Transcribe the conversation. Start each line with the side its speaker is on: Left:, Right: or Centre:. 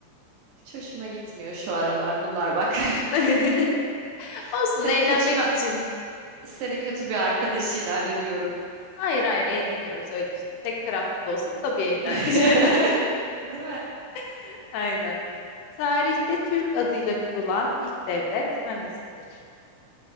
Right: Hiç hoşuma gitmiyor şu aralar bunlar bak.
Left: <laughs>
Right: <laughs>
Left: Olsun
Right: Seni
Left: eğlenmek
Right: kötü bir
Left: için.
Right: seni kötü bir arkadaş ilan ediyorum.
Left: Hayır hayır eğleniyoruz öyle düşünelim. Tek taraflı da olsa bu da bir eğlence.
Right: <laughs> Değil mi?
Left: <laughs> Aynen. Tarihte Türk adıyla kurulan ilk devlet hangisidir?